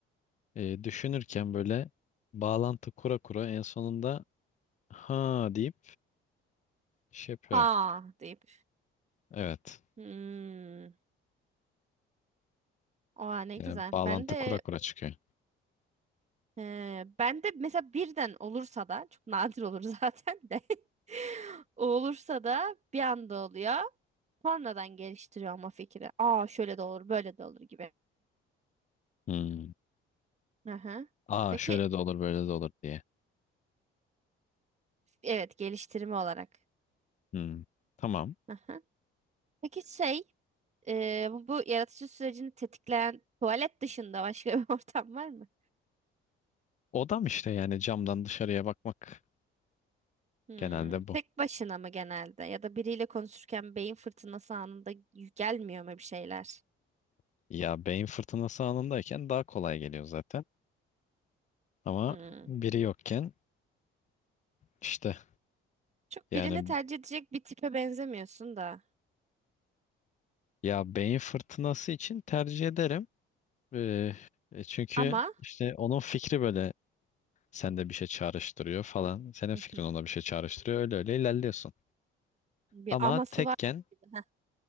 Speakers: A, on the left (about 35°); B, on the right (about 35°).
A: e, düşünürken böyle bağlantı kura kura en sonunda ha deyip şey yapıyorum.
B: Ha deyip.
A: Evet.
B: Hmm. Oha ne
A: Yani
B: güzel.
A: bağlantı
B: Ben de
A: kura kura çıkıyor.
B: e, ben de mesela birden olursa da çok nadir olur <laughs> zaten de. <laughs> Olursa da bir anda oluyor. Sonradan geliştiriyorum o fikri. Aa şöyle de olur, böyle de olur gibi.
A: Hmm.
B: Hı hı.
A: Aa
B: Peki
A: şöyle de olur böyle de olur diye.
B: evet geliştirme olarak.
A: Hmm, Tamam.
B: Hı hı. Peki şey Ee, bu, bu yaratıcı sürecini tetikleyen tuvalet dışında başka bir <laughs> ortam var mı?
A: Odam işte yani camdan dışarıya bakmak
B: Hmm,
A: genelde bu.
B: tek başına mı genelde? Ya da biriyle konuşurken beyin fırtınası anında y- gelmiyor mu bir şeyler?
A: Ya beyin fırtınası anındayken daha kolay geliyor zaten. Ama
B: Hmm.
A: biri yokken işte
B: Çok
A: yani
B: birini tercih edecek bir tipe benzemiyorsun da.
A: ya beyin fırtınası için tercih ederim. Ee, e, çünkü
B: Ama
A: işte onun fikri böyle sende bir şey çağrıştırıyor falan. Senin fikrin
B: Hı hı.
A: ona bir şey çağrıştırıyor. Öyle öyle ilerliyorsun.
B: bir
A: Ama
B: aması
A: tekken
B: var. gibi. Heh.